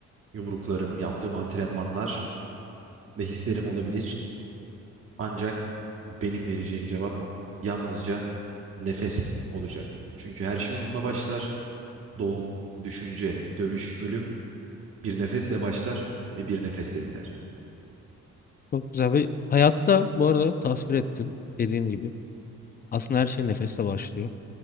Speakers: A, on the right; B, on the left.
A: yumruklarım, yaptığım antrenmanlar ve hislerim olabilir. Ancak benim vereceğim cevap yalnızca nefes olacak. Çünkü her şey onunla başlar. Doğum, düşünce, dövüş, ölüm bir nefesle başlar ve bir nefesle biter.
B: Çok güzel bir hayatı da bu arada tasvir ettin dediğin gibi. Aslında her şey nefeste başlıyor.